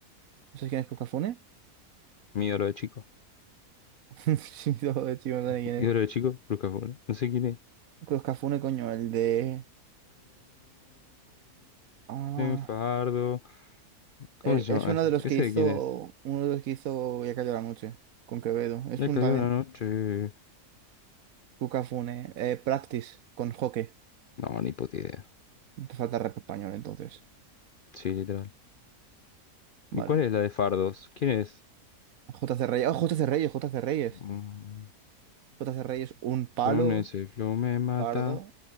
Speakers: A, on the right; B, on the left.
A: ¿No sabes quién es Cruz Cafune?
B: Mi oro de chico.
A: <laughs> Sí, no, de hecho, no
B: <laughs>
A: sé quién es.
B: Mi oro de chico, Cruz Cafuna. No sé quién es.
A: Cruz Cafune, coño, el de. Ah.
B: Fardo. ¿Cómo
A: e-
B: se
A: Es
B: llama
A: uno
B: ese?
A: de los
B: ¿Ese
A: que hizo.
B: de quién es?
A: Uno de los que hizo Ya cayó la noche. Con Quevedo. Es
B: Me
A: un
B: cayó
A: también.
B: la noche.
A: Cruz Cafune. Eh, Practice con Joque.
B: No, ni puta idea.
A: Te falta rap español entonces.
B: Sí, literal.
A: Vale.
B: ¿Y cuál es la de Fardos? ¿Quién es?
A: JC Reyes. Oh, JC Reyes, JC Reyes.
B: Mm,
A: JC Reyes, un
B: Con
A: palo.
B: ese flow me mata.
A: Fardo.